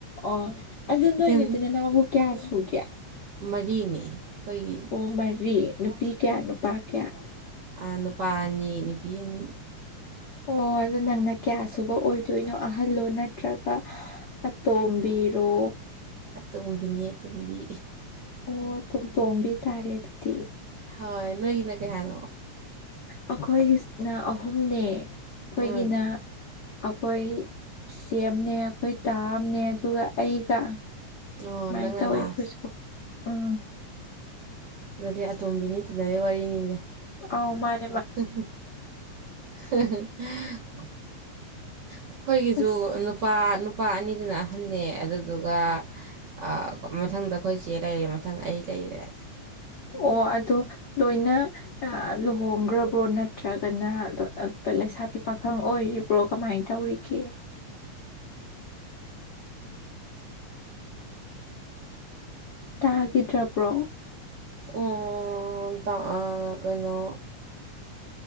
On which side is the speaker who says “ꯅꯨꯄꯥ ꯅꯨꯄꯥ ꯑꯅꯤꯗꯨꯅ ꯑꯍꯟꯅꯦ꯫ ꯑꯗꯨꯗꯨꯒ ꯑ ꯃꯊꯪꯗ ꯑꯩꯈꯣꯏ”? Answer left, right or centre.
Right